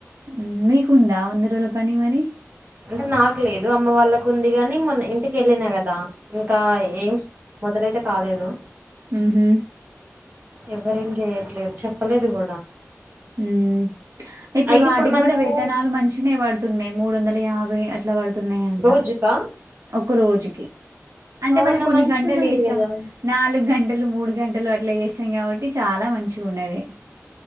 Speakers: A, on the right; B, on the right.
A: హ్మ్ మీకుందా వంద రోజుల పని మరి
B: అంటే నాకు లేదు అమ్మ వాళ్ళకు ఉంది గాని మొన్న ఇంటికి ఏళ్ళినా కదా ఇంకా ఏంస్ మొదలైతే కాలేదు
A: హ్మ హ్మ
B: ఎవరేం చేయట్లేదు చెప్పలేదు కూడా
A: హ్మ ఇప్పుడు
B: అయితే
A: వాటికి
B: మనము
A: కూడా వేతనాలు మంచిగ్నే పడుతున్నాయి మూడు వందల యాబ్ బాయ్ అట్లా పడుతున్నాయంట
B: రోజుకా
A: ఒక రోజుకి అంటే
B: అవును
A: మనం కొన్ని
B: మంచిగుంది
A: గంటలు చేస్తాం
B: కదా
A: నాలుగు గంట గంటలు మూడు గంటలు అట్లా చేస్తాం కాబట్టి చాలా మంచిగా ఉన్నది